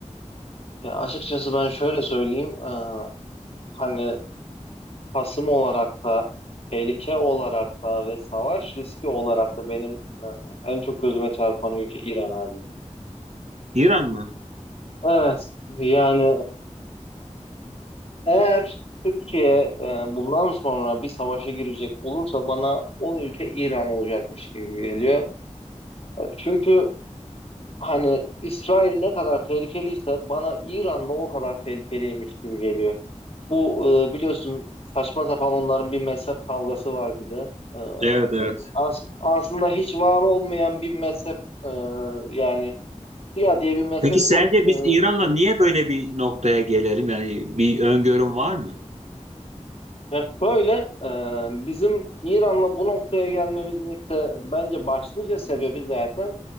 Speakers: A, on the left; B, on the right.
A: Ya açıkçası ben şöyle söyleyeyim. E, hani Kasım olarak da tehlike olarak da ve savaş riski olarak da benim e, en çok gözüme çarpan ülke İran abi.
B: İran mı?
A: Evet yani e, eğer Türkiye e, bundan sonra bir savaşa girecek olursa bana o ülke İran olacakmış gibi geliyor. Çünkü hani İsrail ne kadar tehlikeliyse bana İran da o kadar tehlikeliymiş gibi geliyor. Bu e, biliyorsun saçma sapan onların bir mezhep kavgası var bir de. E,
B: Evet, evet.
A: As- aslında hiç var olmayan bir mezhep e, yani Şia diye bir mezhep
B: Peki sence
A: yok. E,
B: biz İran'la niye böyle bir noktaya gelelim? Yani bir öngörüm var mı?
A: ya şöyle e, bizim İran'la bu noktaya gelmemizin işte bence başlıca sebebi zaten